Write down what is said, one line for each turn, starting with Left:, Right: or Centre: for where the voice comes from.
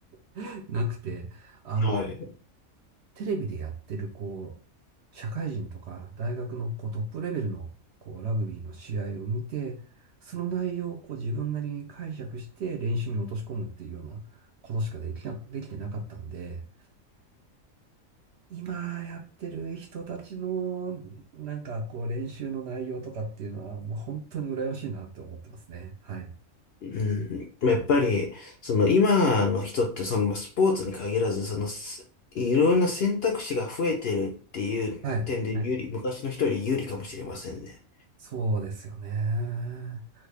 Right: <laughs> なくて、あの、
Left: はい。はい
Right: テレビでやってる、こう、社会人とか大学のこうトップレベルのこうラグビーの試合を見て、その内容をこう自分なりに解釈して練習に落とし込むっていうようなことしかできな、できてなかったんで、今やってる人たちのなんかこう練習の内容とかっていうのはもう本当に羨ましいなって思ってますね。はい。
Left: うん。まあやっぱり、その今の人って、そのまあスポーツに限らず、その、すいろんな選択肢が増えてるっていう点で有利、
Right: はい。はい
Left: 昔の人より有利かもしれませんね。
Right: そうですよね。